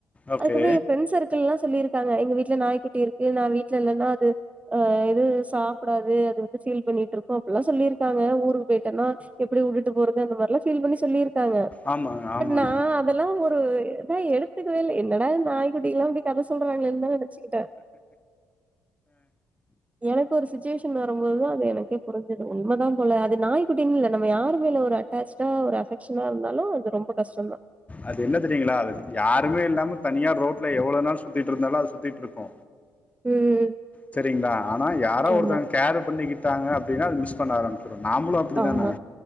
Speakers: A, on the left; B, on the right.
A: ஓகே
B: அதுக்கப்புற எ ஃப்ரெண் சர்க்கிள்லா சொல்லிருக்காங்க எங்க வீட்ல நாய்குட்டி இருக்கு நா வீட்ல இல்லன்னா அது அ எது சாப்படாது அது வந்து ஃபீல் பண்ணிட்ருக்கூ அப்பல்லா சொல்லிருக்காங்க ஊருக்கு போயிட்டன்னா எப்டி உட்டுட்டு போறது அந்த மார்ல்லா ஃபீல் பண்ணி சொல்லிரு காங்க
A: ஆமாங்க ஆமாங்க
B: பட் நா அதல்லா ஒரு இதா எடுத்துக்கவே இல்ல என்னடா இது நாய் குட்டிகல்லா இப்டி கத சொல்றாங்ளேன் தா நெனைச்சுக்கிட்டே எனக்கு ஒரு சுச்சுவேஷன் வரம்போதுதா அது எனக்கே இது உண்மதாம் போல அது நாய்கு இங் இல்ல நம்ம யாரு மேல ஒரு அட்டாச்ச்டா ஒரு அஃபக் ஷனா இருந்தாலு அது ரொம்ப கஷ்டோந்தா
A: அது என்ன தெரியுங்களா அது யாருமே இல்லாம தனியா ரோட்ல எவ்வளோ நாள் சுத்திட்ருந்தாலும் அது சுத்திட்ருக்கு
B: ம்
A: செரிங்களா ஆனா யாரா
B: ஆமா
A: ஒருத்தங்க கேரு பண்ணிக்கிட் டாங்க அப்டின்னா அது மிஸ் பண்ண ஆரம் நாமளு அப்டிதான
B: ஆமா